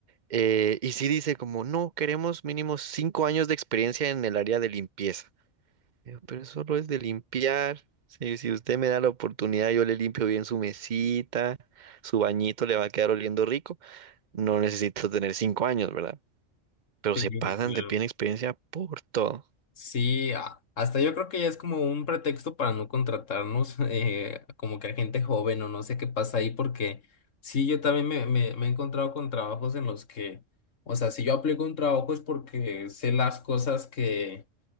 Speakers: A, on the right (about 40°); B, on the left (about 75°).
A: eh, y sí dice como, no, queremos mínimo cinco años de experiencia en el área de limpieza. Digo, pero solo es de limpiar. Si, si usted me da la oportunidad, yo le limpio bien su mesita, su bañito le va a quedar oliendo rico. No necesito tener cinco años, ¿verdad? Pero
B: Sí,
A: se pasan
B: claro.
A: de pie en experiencia por todo.
B: Sí, a- hasta yo creo que ya es como un pretexto para no contratarnos, <laughs> eh, como que a gente joven o no sé qué pasa ahí, porque sí, yo también me, me, me he encontrado con trabajos en los que, o sea, si yo aplico un trabajo es porque sé las cosas que,